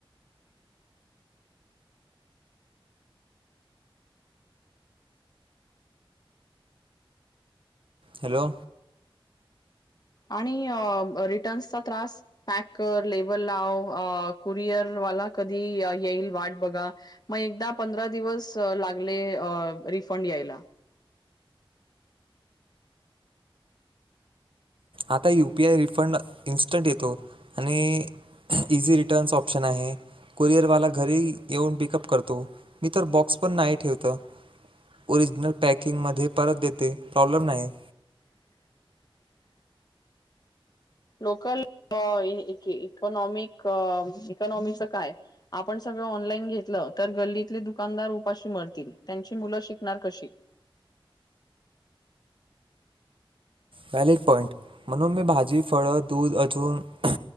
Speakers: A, on the right; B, on the left.
A: हॅलो
B: आणि रिटन्सचा त्रास पॅक कर लेबल लाव अं कुरिअर वाला कधी येईल वाट बघा मग एकदा पंधरा दिवस लागले अं रिफंड यायला.
A: आता यूपीआय रिफंड इन्स्टंट येतो आणि इझी रिटन्स ऑप्शन आहे. कुरिअरवाला घरी येऊन पिकअप करतो मी तर बॉक्स पण नाही ठेवतं ओरिजिनल पॅकिंगमध्ये परत देते प्रॉब्लेम नाही.
B: <inaudible> लोकल अं इ इक इकनॉमिक इकॉनॉमीच काय आपण स ऑनलाईन घेतलं तर गल्लीतली दुकानदार उपाशी मरतील त्यांची मुलं शिकणार कशी <inaudible>
A: वॅलिक पॉइंट, म्हणून मी भाजी फळं दूध अजून